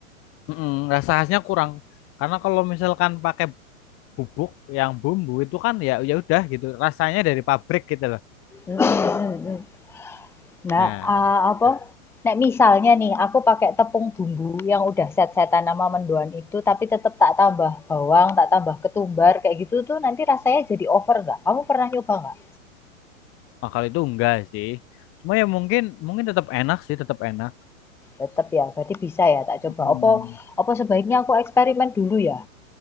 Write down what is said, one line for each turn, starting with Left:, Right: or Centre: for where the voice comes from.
Left: Mm-mm, rasa khasnya kurang karena kalau misalkan pakai bubuk yang bumbu itu kan ya ya udah gitu rasanya dari pabrik gitu loh.
Centre: Mm, mm, mm. Nah,
Left: Nah,
Centre: ah,
Left: gitu.
Centre: apa? Nek misalnya nih aku pakai tepung bumbu yang udah set-setan nama mendoan itu tapi tetap tak tambah bawang, tak tambah ketumbar kayak gitu tuh nanti rasanya jadi over nggak? Kamu pernah nyoba nggak?
Left: Nah, kalau itu enggak sih. Cuma ya mungkin mungkin tetap enak sih, tetap enak.
Centre: Tetap ya, berarti bisa ya tak
Left: Mm-mm.
Centre: coba. Apa apa sebaiknya aku eksperimen dulu ya?